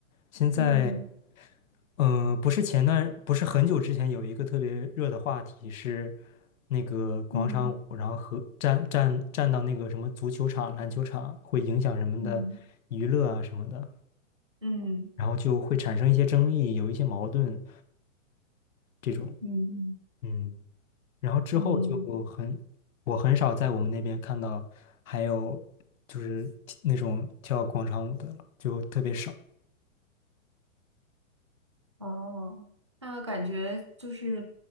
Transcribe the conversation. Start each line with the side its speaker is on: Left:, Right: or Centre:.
Left: 现在。
Right: 嗯
Left: 嗯，不是前段，不是很久之前有一个特别热的话题是那个广场嗯舞，
Right: 嗯
Left: 然后和站站站到那个什么足球场、篮球场会影响人们的娱乐啊什么的，
Right: 嗯嗯
Left: 然后就会产生一些争议，有一些矛盾这种。
Right: 嗯
Left: 嗯，然后之后就很，
Right: 嗯，嗯，
Left: 我很少在我们那边看到还有就是那种跳广场舞的了就特别少。
Right: 哦，那感觉就是